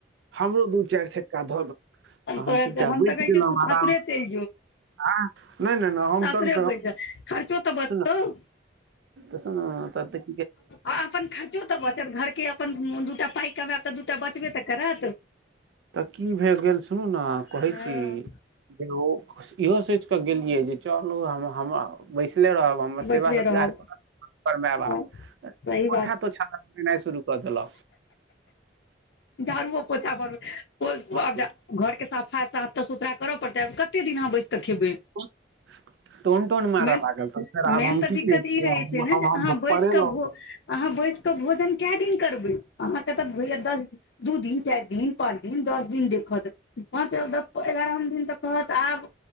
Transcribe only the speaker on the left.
तोरा
तऽ कहै
छियौ तू सासुरे
चलि
प
पै खर्चो तऽ बचत
<inaudible>
अपन खर्चो त बचत घरके अपन दूटा पाइ कमायब त दूटा बचबे त करत
हँ
बैसले
रहब
सही
बात
झाड़ूओ पोछा करू <unintelligible>
घरके सफाई साफ तऽ सुथरा करऽ पड़तै आब कते दिन अहाँ बैस कऽ खेबै
मेन
मेन
तऽ
दिक्कत
ई रहै
छै
ने जे
अहाँ बैस
कऽ भो अहाँ बैस क भोजन कै दिन करबै अहाँ के तऽ होइया दस दिन दू दिन चारि दिन पाँच दिन दस दिन देखतऽ हं तऽ ओतऽ एगारहम दिन तऽ कहत आब